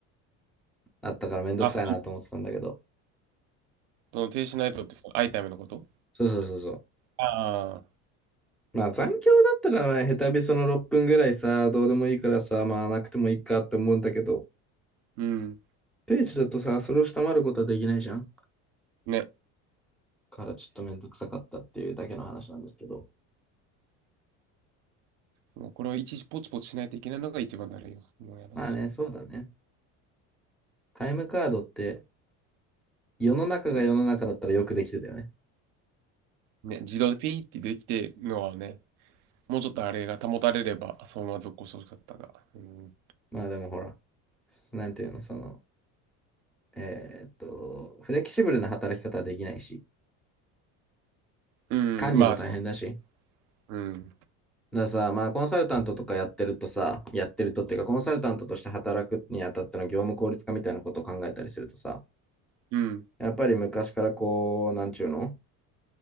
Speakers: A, in the centre; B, on the right (about 65°).
A: あったからめんどくさいなと思ってたんだけど。
B: あ、その停止しないとってその、アイタイムのこと
A: そうそうそうそう。
B: ああー。
A: まあ残響だったらね、下手びその6分ぐらいさ、どうでもいいからさ、まあなくてもいいかって思うんだけど、
B: うん。
A: 定時だとさ、それを下回ることはできないじゃん。
B: ね。
A: からちょっとめんどくさかったっていうだけの話なんですけど。
B: もうこれを一時ポチポチしないといけないのが一番だるいよ。もうやだ。
A: まあね、そうだね。タイムカードって、世の中が世の中だったらよくできてたよね。
B: ね、ね、自動でピーってできてるのはね、もうちょっとあれが保たれれば、そのまま続行してほしかったが。うん。
A: まあでもほら、なんていうの、その、えーっと、フレキシブルな働き方はできないし、
B: うん、
A: 管理も大変だし、
B: まあそう。うん。
A: だからさ、まあ、コンサルタントとかやってるとさ、やってるとっていうか、コンサルタントとして働くにあたっての業務効率化みたいなことを考えたりするとさ、
B: うん。
A: やっぱり昔からこう、なんちゅうの